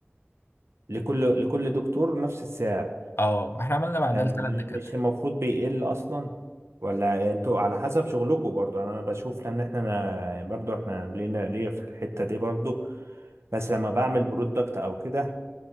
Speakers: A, on the right; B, on the left.
A: لكل لكل دكتور نفس السعر
B: اه احنا عملنا بعدها
A: يعني
B: لثلاث
A: م-
B: دكاترة
A: مش المفروض بيقل اصلا ولا انتوا على حسب شغلكم برضو يعني انا بشوف لان احنا أنا برضو احنا لينا ليا في الحتة دي برضو بس لما بعمل برودكت او كده